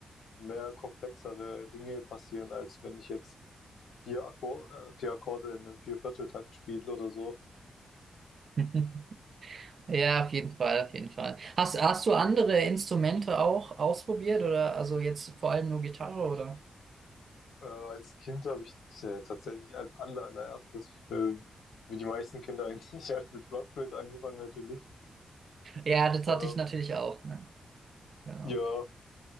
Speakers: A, on the left; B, on the right.
A: mehr komplexere Dinge passieren, als wenn ich jetzt vier Akkor äh, vier Akkorde in einem Viervierteltakt spiele oder so.
B: <laughs> Ja, auf jeden Fall, auf jeden Fall. Hast, hast du andere Instrumente auch ausprobiert oder also jetzt vor allem nur Gitarre oder?
A: Äh, als Kind habe ich äh, tatsächlich als aller, allererstes, äh, wie die meisten Kinder eigentlich, <laughs> halt mit Blockflöte angefangen natürlich.
B: Ja, das hatte
A: Ähm,
B: ich natürlich auch, ne? Genau.
A: ja,